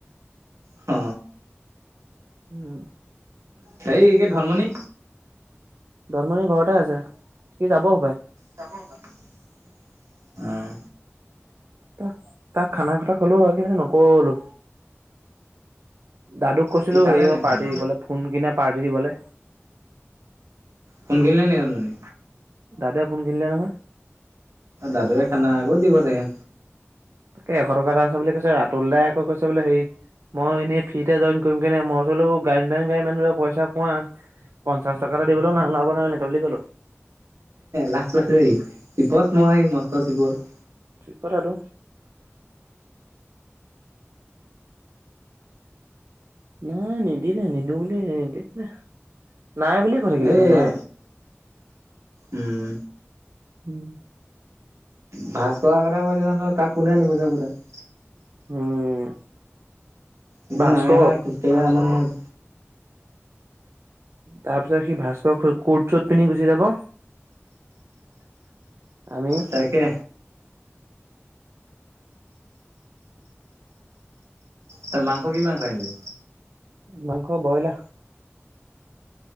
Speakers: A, on the right (about 85°); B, on the right (about 65°).
A: হ
B: উম
A: সেই একে ধনমণি
B: ধনমণি ঘৰতে আছে সি যাব হপাই
A: তাপ ক <unintelligible> অঁ
B: তাক তাক খানা খটা কলো হয় কিনে নকলো দাদুক কৈছিলো
A: সি খালে
B: হেৰিয়ৰ
A: তেখা
B: পাৰ্টি
A: <unintelligible> ন
B: দিবলে ফোন কিনে পাৰ্টি দিবলে
A: কোন কিনিল ন ৰানমনি
B: দাদাই ফোন কিনিলে নহয়
A: দাদুৱে খানা ক'ত দিব চাগে?
B: তাকে এশ টকা এটা আছে বুলি কৈছে ৰা সোণ দাই আকৌ কৈছে বোলে হেই মই এনে ফি যে জইন কৰিম কেনে মোৰ ওচ গ গাডী মানুহে পইচা পোৱা পঞ্চাশ কা দিব ন ন নে বুলি ক'ো <unintelligible>
A: লাজ পাইছেহি চিপচ মৰা আহি মস্ত চিপচ
B: ঠিক কথাটো নাই নাই দিল নাই দৌলে ন দি <unintelligible> নাই বুলিয়ে কৈ থাকিলে
A: সেই
B: সি নাই।
A: উম
B: উম
A: ভাস্কৰ আগতে কৈছে নহ তাক কোনে আনিব যাব তাক
B: উম
A: এইটো
B: ভাস্কৰক
A: নাহে নহয় <unintelligible>
B: তাৰ পিছত সি ভাস্কৰ কোট চোট পিন্ধি গুচি যাব আমি
A: তাকে ত মাংস কি মাংস আনিলি
B: মাংস বইলা